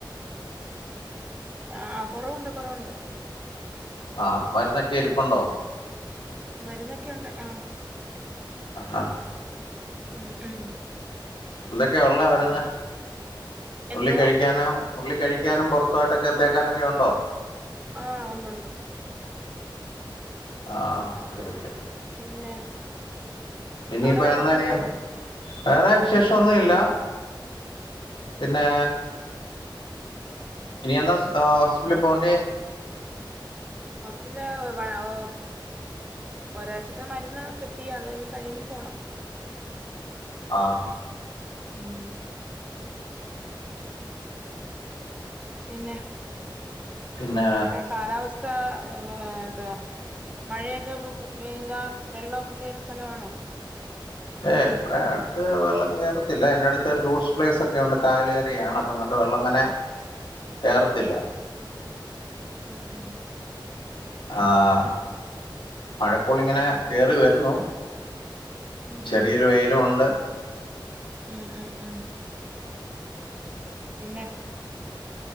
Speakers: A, on the right (about 15°); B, on the left (about 75°).
A: ആഹ് കൊറവുണ്ട് കൊറവുണ്ട്.
B: ആഹ് മരുന്നക്കെ ഇരിപ്പുണ്ടോ?
A: മരുന്നക്കെയുണ്ട് ആഹ്.
B: അഹാ
A: ഉം ഉം
B: എന്തക്കെയാ ഉള്ളേ മരുന്ന്?
A: എന്തോ
B: ഉള്ളി കഴിക്കാനും ഉള്ളി കഴിക്കാനും പൊറത്തു ആയിട്ടൊക്കെ തേക്കാനൊക്കെ ഉണ്ടോ?
A: ആഹ് ഉണ്ട് ഉണ്ട്.
B: ആഹ് ഓക്കെ ഓക്കെ.
A: പിന്നെ?
B: ഇനിയിപ്പ
A: അവിടെ വേറെന്നാണ്ട്
B: എന്നാ ഇനി വേറെ വിശേഷംന്നും ഇല്ല പിന്നെ. ഇനി എന്നാ സ് ഏഹ് ഹോസ്പിറ്റലിൽ പോണ്ടേ?
A: ഹോസ്പ്പിറ്റല് <unintelligible> ഒരാഴ്ചത്തെ മരുന്ന് കിട്ടി അത് ഇനി കഴിയുമ്പോ പോണം.
B: ആഹ്
A: ഉം പിന്നെ?
B: പിന്നെ
A: അവടെ കാലാവസ് ത ഏഹ് എന്താ മഴയൊക്കെ പെയ്താ വെള്ളക്കെ കേറി സ്ഥലമാണോ?
B: ഏഹ് ഇവിടെ അടുത്ത് വെള്ളം കേറത്തില്ല അതിന്റെ അടുത്ത് ടൂറിസ്റ്റ് പ്ലേസ് ഒക്കെണ്ട് കായലേരിയാണ് അപ്പൊ ഇങ്ങോട്ട് വെള്ളം അങ്ങനെ കേറത്തില്ല
A: ഉം ഉം
B: ആഹ് മഴക്കോളിങ്ങനെ കേറി വരുന്നു
A: ഉം
B: ചെറിയൊരു
A: ഉം
B: വെയിലും ഉണ്ട്
A: ഉം ഉം ഉം പിന്നെ